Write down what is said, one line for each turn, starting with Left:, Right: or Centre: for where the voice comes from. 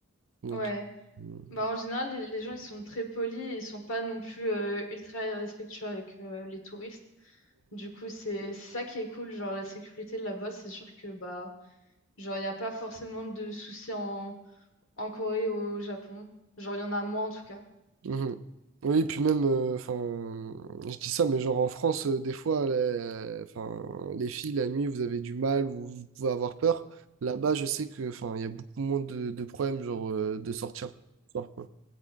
Right: Donc,
Left: ouais.
Right: euh,
Left: Bah, en général, les, les gens, ils sont très polis, et ils sont pas non plus euh, ultra respectueux avec euh, les touristes. Du coup, c'est c'est ça qui est cool, genre la sécurité là-bas, c'est sûr que, bah, genre, il n'y a pas forcément de soucis en, en Corée ou au Japon. Genre, il y en a moins en tout cas.
Right: Mhm. Oui, puis même, euh, enfin, je dis ça, mais genre en France, euh, des fois, les, enfin, les filles, la nuit, vous avez du mal ou vous pouvez avoir peur. Là-bas, je sais que, enfin, il y a beaucoup moins de, de problèmes, genre, euh, de sortir le soir, quoi.